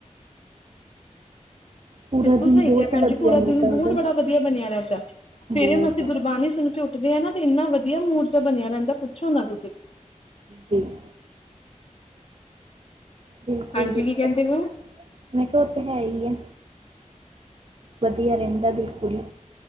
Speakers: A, on the right (about 50°); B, on the left (about 50°).
A: ਪੂਰਾ
B: ਬਿਲਕੁਲ
A: ਦਿਨ
B: ਸਹੀ
A: ਬਹੁਤ
B: ਕਿਹਾ ਭੈਣ
A: ਵਧੀਆ
B: ਜੀ, ਪੂਰਾ
A: ਨਿਕਲਦਾ
B: ਦਿਨ ਬਹੁਤ ਬੜਾ ਵਧੀਆ ਬਣਿਆ ਰਹਿੰਦਾ,
A: ਬਹੁਤ
B: ਫਿਰ ਅਸੀਂ ਗੁਰਬਾਣੀ ਸੁਣ ਕੇ ਉੱਠਦੇ ਆ ਨਾ ਤੇ, ਇੰਨਾ ਵਧੀਆ ਮੂਡ ਜਿਹਾ ਬਣਿਆ ਰਹਿੰਦਾ, ਪੁੱਛੋ ਨਾ ਤੁਸੀਂ
A: ਜੀ <unintelligible> ਬਿਲਕੁਲ
B: ਹਾਂਜੀ
A: -ਬਿਲਕੁਲ।
B: ਕੀ ਕਹਿੰਦੇ ਪਏ ਓ?
A: ਮੈਂ ਕਿਹਾ, ਉਥ ਹੈ ਹੀ ਆ,। ਵਧੀਆ ਰਹਿੰਦਾ ਬਿਲਕੁਲ ਹੀ।